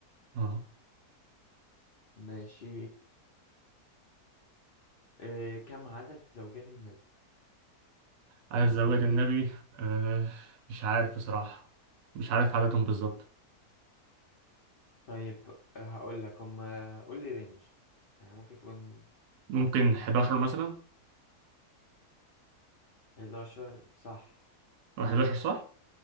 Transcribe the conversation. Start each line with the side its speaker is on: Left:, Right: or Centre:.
Right: اه
Left: ماشي آه، كم عدد زوجات النبي
Right: على زواج النبي آه، مش عارف بصراحة مش عارف عددهم بالظبط
Left: طيب آه، هقول لك هما قول لي رينج يعني ممكن تقول
Right: ممكن 11 مثلا
Left: 11 صح
Right: أو 11 صح؟